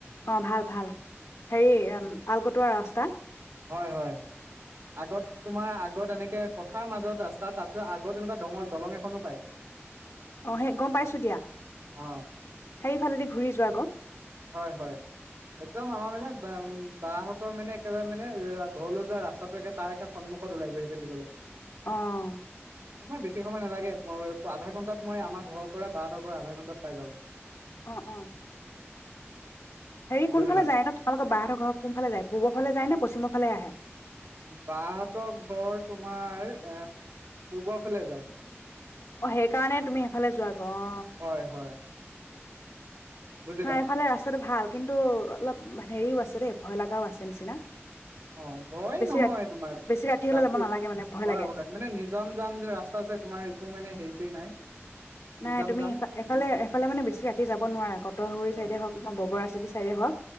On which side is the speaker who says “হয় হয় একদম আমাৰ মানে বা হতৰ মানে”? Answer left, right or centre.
Right